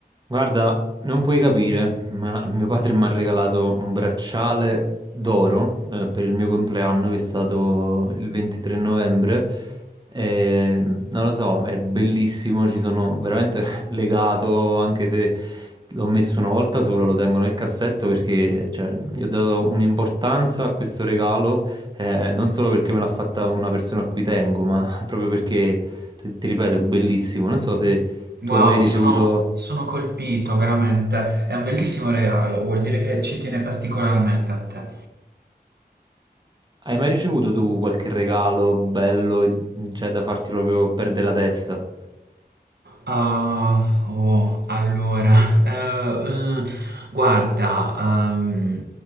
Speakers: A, on the right; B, on the right.
A: Guarda, non puoi capire, ma mio padre mi ha regalato un bracciale d'oro eh, per il mio compleanno, che è stato il 23 novembre. E, non lo so, è bellissimo, ci sono veramente <laughs> legato, anche se l'ho messo una volta sola, lo tengo nel cassetto perché cioè, gli ho dato un'importanza a questo regalo, eh, non solo perché me l'ha fatta una persona a cui tengo, ma <laughs> proprio perché, ti ti ripeto, è bellissimo. Non so se
B: Wow,
A: tu hai mai ricevuto...
B: sono, sono colpito veramente. È un bellissimo regalo, vuol dire che ci tiene particolarmente a te.
A: Hai mai ricevuto tu qualche regalo bello, e- cioè da farti proprio perdere la testa?
B: Ah, oh, allora, eh, eh, guarda, ehm,